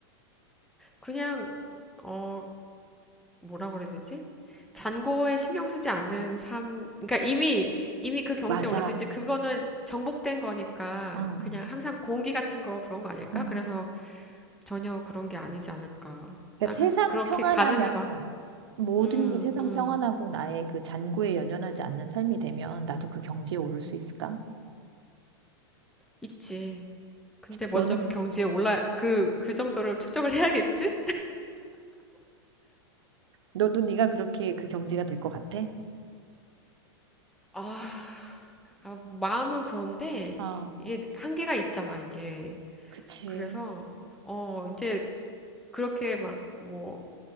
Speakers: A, in the centre; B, on the right.
A: 그냥, 어, 뭐라고 그래야 되지? 잔고에 신경 쓰지 않는 삶, 그러니까 이미, 이미 그 경지에
B: 맞아.
A: 올라서 이제 그거는 정복된 거니까
B: 응.
A: 그냥 항상 공기 같은 거 그런 거 아닐까?
B: 응.
A: 그래서 전혀 그런 게 아니지 않을까.
B: 그러니까
A: 나가
B: 세상
A: 그렇게
B: 평안하면
A: 가늠해봐.
B: 모든
A: 음,
B: 게 세상
A: 음,
B: 평안하고 나의 그 잔고에 연연하지 않는 삶이 되면 나도 그 경지에 오를 수
A: 음.
B: 있을까?
A: 있지. 근데 먼저
B: 너는
A: 그 경지에 올라, 그, 그 정도를 축적을 해야겠지?
B: 너도 네가 그렇게 그 경지가 될 것 같아?
A: 아, 아, 마음은 그런데
B: 아,
A: 이게 한계가 있잖아, 이게.
B: 그치.
A: 그래서, 어, 이제 그렇게 막, 뭐,